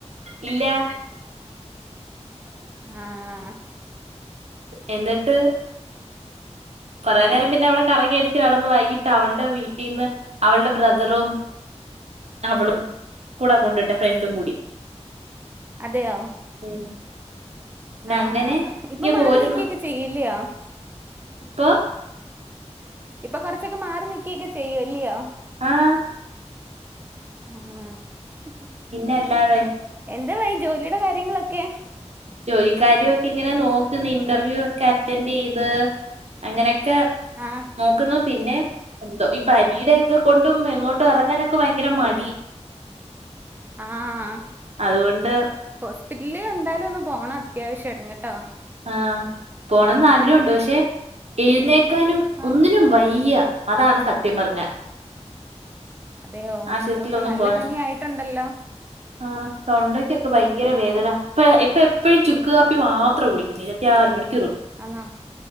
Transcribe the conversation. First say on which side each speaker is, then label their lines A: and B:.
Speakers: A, on the right (about 65°); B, on the right (about 15°).
A: ഇല്ലാ
B: ആഹ്
A: എന്നിട്ട് കൊറേ നേരം പിന്നെ അവിടെ കറങ്ങി അടിച്ച് നടന്ന് വൈകി അവളുടെ വീട്ടീന്ന് അവളുടെ ബ്രദറും അവളും കൂടാ കൊണ്ട് വിട്ടേ ഫ്രണ്ടും കൂടി
B: അതെയോ
A: ഉം പിന്നെ
B: ആഹ്
A: അങ്ങനെ
B: ഇപ്പം
A: ഇങ്ങ്
B: മാറി
A: പോരുന്നു
B: നിക്കുവൊക്കെ ചെയ്യും ഇല്ലിയോ
A: ഇപ്പൊ
B: ഇപ്പൊ കൊറച്ചൊക്കെ മാറി നിക്കുയൊക്കെ ചെയ്യും അല്ലിയോ
A: ആഹ്
B: ആഹ്
A: പിന്നല്ലാതെ
B: എന്തോ ആയി ജോലിയുടെ കാര്യങ്ങളൊക്കെ
A: ജോലി കാര്യം ഒക്കെ ഇങ്ങനെ നോക്കുന്ന് ഇന്റർവ്യൂ ഒക്കെ അറ്റൻഡ് ചെയ്ത് അങ്ങനെ ക്കെ
B: ആ
A: നോക്കുന്ന പിന്നെ എന്തോ ഈ പനിയുടെ ഒക്കെ കൊണ്ടും എങ്ങോട്ടും ഇറങ്ങാനൊക്കെ ഭയങ്കര മടി
B: ആഹ്
A: അതുകൊണ്ട്
B: ഹോസ്പിറ്റലില് എന്തായാലും ഒന്ന് പോണം അത്യാവശ്യമായിട്ടും കേട്ടോ
A: ആഹ് പോണംന്ന് ആഗ്രഹമുണ്ട് പക്ഷേ എഴുന്നേക്കാനും
B: ആ
A: ഒന്നിനും വയ്യ അതാണ് സത്യം പറഞ്ഞാ
B: അതെയോ
A: ആശുപത്രിയിലൊന്നും
B: ശോ അപ്പോ നല്ല
A: പോവാൻ
B: പനി ആയിട്ടുണ്ടല്ലോ
A: ആഹ് തൊണ്ടക്കൊക്കെ ഭയങ്കര വേദന ഇപ്പ ഇപ്പ എപ്പഴും ചുക്ക് കാപ്പി മാ ത്രാ കുടിക്കുന്നേ ഇരുപത്തിനാല് മണി
B: ആന്നോ